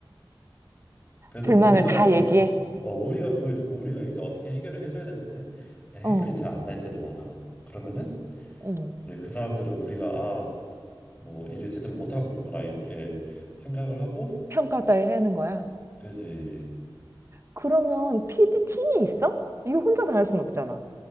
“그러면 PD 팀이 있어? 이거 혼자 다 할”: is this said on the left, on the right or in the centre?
Right